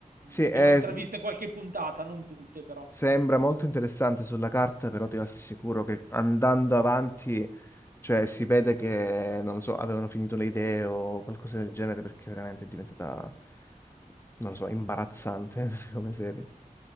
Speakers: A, on the left (about 15°); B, on the right (about 80°).
A: sì, è-
B: ne ho intraviste qualche puntata, non tutte però.
A: sembra molto interessante sulla carta, però ti assicuro che andando avanti, cioè, si vede che, non lo so, avevano finito le idee o qualcosa del genere, perché veramente è diventata, non lo so, imbarazzante <laughs> come serie.